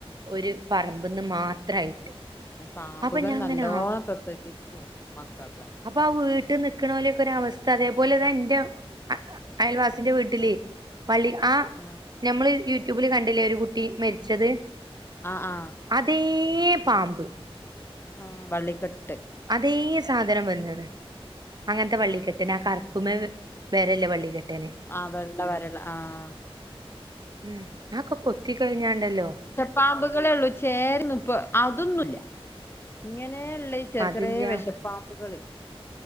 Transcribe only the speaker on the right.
ഒരു പറമ്പ്ന്ന് മാത്രായിട്ട്.
അപ്പൊ ഞാൻ
ഇങ്ങനെ
അപ്പ ആ വീട്ടി നിക്ക്ണോലെക്കരവസ്ഥതേപ് പോലെത ന്റെ അയൽവാസിന്റെ വീട്ട്ല് പളി ആഹ്
ഞമ്മള് യൂട്യൂബില് കണ്ടില്ലേ ഒരു കുട്ടി മരിച്ചത്.
അതേ പാമ്പ്.
അതേ സാധനം വന്ന്ണ്. അങ്ങനത്തെ വള്ളികെട്ടിനെ
ആ കർ പ്പുമേ വ് വെരല്ലേ വള്ളി കെട്ടേനെ
ഉം ആക്കൊ കൊത്തി കഴിഞ്ഞാണ്ടല്ലോ.
അതില്ല